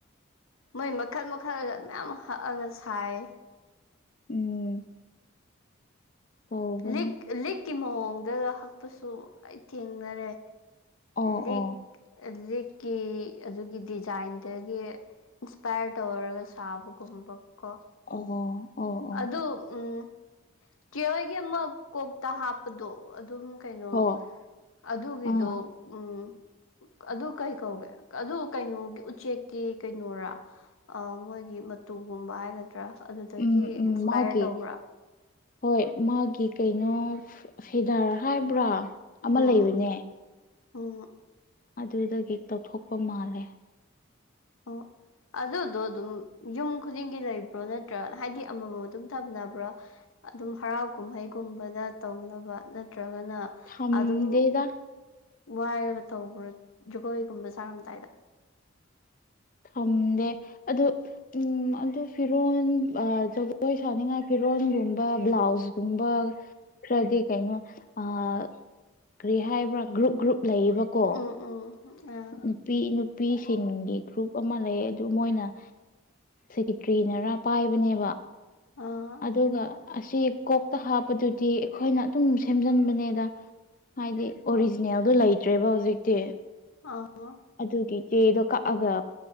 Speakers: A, on the left; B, on the left.
A: ꯅꯣꯏ ꯃꯈꯜ ꯃꯈꯜꯒ ꯃꯌꯥꯝ ꯍꯛꯑꯒ ꯁꯥꯏ
B: ꯎꯝ ꯇꯧꯕꯅꯦ
A: ꯂꯤꯛ ꯂꯤꯛꯀꯤ ꯃꯑꯣꯡꯗ ꯍꯛꯄꯁꯨ ꯑꯩ ꯊꯦꯡꯅꯔꯦ
B: ꯑꯣ
A: ꯂꯤꯛ
B: ꯑꯣ
A: ꯂꯤꯛꯀꯤ ꯑꯗꯨꯒꯤ ꯗꯤꯖꯥꯏꯟꯗꯒꯤ ꯏꯟꯁꯄꯥꯏꯔ ꯇꯧꯔꯒ ꯁꯥꯕꯒꯨꯝꯕ ꯀꯣ
B: ꯑꯣ ꯑꯣ ꯑꯣ
A: ꯑꯗꯨ ꯎꯝ ꯆꯦꯍꯣꯏꯒꯤ ꯑꯃ ꯀꯣꯛꯇ ꯍꯥꯞꯄꯗꯣ ꯑꯗꯨꯝ ꯀꯩꯅꯣ
B: ꯍꯣ
A: ꯑꯗꯨꯒꯤꯗꯣ
B: ꯑꯥ
A: ꯎꯝ ꯑꯗꯨ ꯀꯩ ꯀꯧꯒꯦ ꯑꯗꯨ ꯀꯩꯅꯣꯒꯤ ꯎꯆꯦꯛꯀꯤ ꯀꯩꯅꯣꯔ ꯑꯥ ꯃꯣꯏꯒꯤ ꯃꯇꯨꯒꯨꯝꯕ ꯍꯥꯏꯒꯗ꯭ꯔꯥ ꯑꯗꯨꯗꯒꯤ
B: ꯎꯝ ꯎꯝ
A: ꯏꯟꯁꯄꯥꯌꯔ
B: ꯃꯥꯒꯤ
A: ꯇꯧꯕ꯭ꯔꯥ
B: ꯍꯣꯏ ꯃꯥꯒꯤ ꯀꯩꯅꯣ ꯐꯤꯗꯥꯔ ꯍꯥꯏꯕ꯭ꯔꯥ
A: ꯎꯝ
B: ꯑꯃ ꯂꯩꯕꯅꯦ
A: ꯎꯝ
B: ꯑꯗꯨꯗꯒꯤ ꯇꯧꯊꯣꯛꯄ ꯃꯥꯜꯂꯦ
A: ꯑꯣ ꯑꯗꯨꯗꯣ ꯑꯗꯨꯝ ꯌꯨꯝ ꯈꯨꯗꯤꯡꯒꯤ ꯂꯩꯕ꯭ꯔꯣ ꯅꯠꯇ꯭ꯔ ꯍꯥꯏꯗꯤ ꯑꯃꯃꯝ ꯑꯗꯨꯝ ꯊꯝꯅꯕ꯭ꯔꯣ ꯑꯗꯨꯝ ꯍꯔꯥꯎ ꯀꯨꯝꯍꯩꯒꯨꯝꯕꯗ ꯇꯧꯅꯕ ꯅꯠꯇ꯭ꯔꯒꯅ
B: ꯊꯝꯗꯦꯗ
A: ꯑꯗꯨꯝ ꯋꯥꯏꯔꯒ ꯇꯧꯕ꯭ꯔꯥ ꯖꯒꯣꯏꯒꯨꯝꯕ ꯁꯥꯔꯝꯗꯥꯏꯗ
B: ꯐꯪꯗꯦ ꯑꯗꯨ ꯎꯝ ꯑꯗꯨ ꯐꯤꯔꯣꯜ ꯖꯒꯣꯏ ꯁꯥꯅꯤꯡꯉꯥꯏ ꯐꯤꯔꯣꯜꯒꯨꯝꯕ ꯕ꯭ꯂꯥꯎꯁꯒꯨꯝꯕ ꯈꯥꯔꯗꯤ ꯀꯩꯅꯣ ꯑꯥ ꯀꯔꯤ ꯍꯥꯏꯕ꯭ꯔꯥ ꯒ꯭ꯔꯨꯞ ꯒ꯭ꯔꯨꯞ ꯂꯩꯌꯦꯕꯀꯣ
A: ꯎꯝ ꯎꯝ ꯑꯥ
B: ꯅꯨꯄꯤ ꯅꯨꯄꯤꯁꯤꯡꯒꯤ ꯒ꯭ꯔꯨꯞ ꯑꯃ ꯂꯩ ꯑꯗꯨ ꯃꯣꯏꯅ ꯁꯦꯀꯦꯇ꯭ꯔꯤꯅꯔꯥ ꯄꯥꯏꯕꯅꯦꯕ
A: ꯑꯥ
B: ꯑꯗꯨꯒ ꯑꯁꯤ ꯀꯣꯛꯇ ꯍꯥꯞꯄꯗꯨꯗꯤ ꯑꯩꯈꯣꯏꯅ ꯑꯗꯨꯝ ꯁꯦꯝꯖꯤꯟꯕꯅꯦꯗ ꯍꯥꯏꯗꯤ ꯑꯣꯔꯤꯖꯤꯅꯦꯜꯗꯣ
A: ꯑꯣ
B: ꯂꯩꯇ꯭ꯔꯦꯕ ꯍꯧꯖꯤꯛꯇꯤ
A: ꯑꯥ
B: ꯑꯗꯨꯒꯤ ꯆꯦꯗꯣ ꯀꯛꯑꯒ